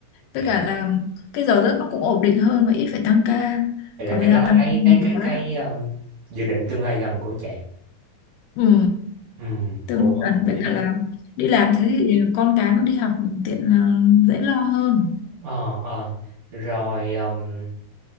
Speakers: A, on the left (about 80°); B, on the right (about 55°).
A: với
B: hiểu
A: cả là cái giờ giấc nó cũng ổn định hơn và ít phải tăng ca
B: vậy
A: còn
B: là
A: bây
B: cái đó
A: giờ
B: là
A: tăng
B: cái
A: ca
B: cái
A: nhiều
B: cái
A: quá
B: cái um, dự định tương lai gần của chị
A: ừ
B: ừ
A: tương
B: cũng ổn
A: gần với
B: nha
A: cả là đi làm thế thì con cái nó đi học tiện là dễ lo hơn
B: ờ ờ rồi um,